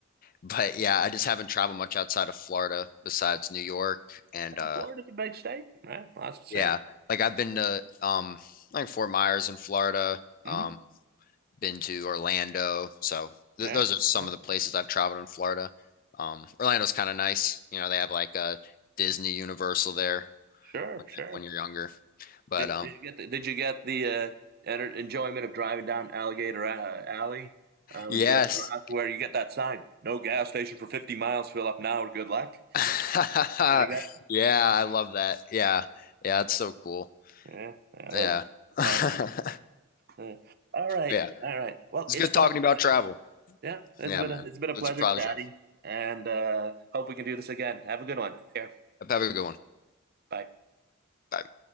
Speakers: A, on the left; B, on the right.
A: But yeah, I just haven't traveled much outside of Florida besides New York and
B: Well,
A: uh
B: Florida's a big state. Yeah, lots to see.
A: yeah, like I've been to um like Fort Myers in Florida,
B: hmm
A: um been to Orlando. So th
B: Yeah,
A: those are some
B: yeah,
A: of the places I've traveled in Florida. Um Orlando's kind of nice. You know, they have like a Disney Universal there
B: sure,
A: when
B: sure.
A: when you're younger. But
B: Did,
A: um
B: did you get the Did you get the uh, enter, enjoyment of driving down Alligator uh, Alley uh, when
A: yes.
B: you go across where you get that sign? No gas station for fifty miles. Fill up now or good luck.
A: <laughs>
B: Something like that.
A: Yeah, I love that. Yeah. Yeah, it's so cool.
B: Yeah, yeah that
A: Yeah.
B: was a
A: <laughs>
B: fun one. Yeah. All right,
A: Yeah.
B: all right. Well,
A: It's
B: it's
A: good
B: been
A: talking
B: a
A: about
B: pleasure.
A: travel.
B: Yeah, it's
A: Yeah,
B: been
A: man.
B: a, it's been a pleasure
A: It's a pleasure.
B: chatting, and uh, hope we can do this again. Have a good one. Take care.
A: Have a good one.
B: Bye.
A: Bye.